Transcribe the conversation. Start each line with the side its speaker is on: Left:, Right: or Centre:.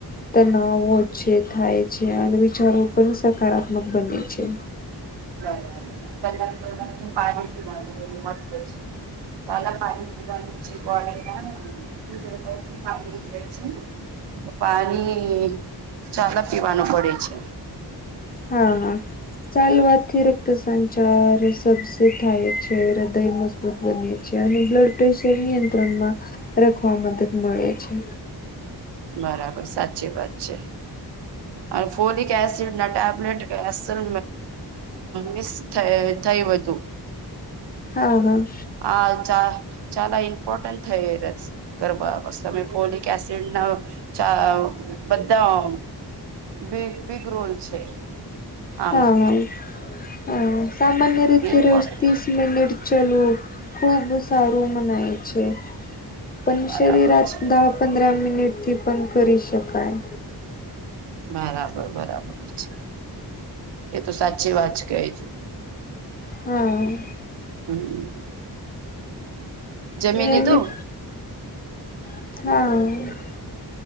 Left: તનાવો છે થાય છે અને વિચારો પણ સકારાત્મક બને છે
Right: કલર વલર નું પાણી પીવાનું મહત્વ છે તાલ પાણી બંધુ બડ ના <unintelligible> થી પા જોય છે <unintelligible> પાણી જ્યાદા પીવાનું પડે છે.
Left: હા, હા. ચાલવાથી રક્ત સંચાર સબ થાય છે, હૃદય બને છે, અને બ્લડ પ્રેશર નિયંત્રણમાં રાખવા મદદ મળે છે.
Right: બરાબર, સાચી વાત છે. અને ફોલિક એસિડ ના, ટેબલેટ કે, અસલ મિક્સ થયો હતો.
Left: હા, હા.
Right: હા, ચાલ, જ્યાદા ઈમ્પોટન થયું. ગરબા બસ, તમે ફોલિક એસિડ ના ચા બધા. બિગ રોલ છે. આમાં
Left: હા, હા, હા, સામાન્ય રીત
Right: એ પડે
Left: રે વસ્તી. મિનિટ ચલું, ખુબ સારું મનાય છે. પણ
Right: બરાબર
Left: શરીરતા
Right: છે
Left: પંદર મિનિટથી પણ કરી શકાય.
Right: બરાબર, બરાબર છે. એ તો સાચી વાત કે છે.
Left: હમ.
Right: હમ. જમી
Left: નિયમિત
Right: લીધું.
Left: હા.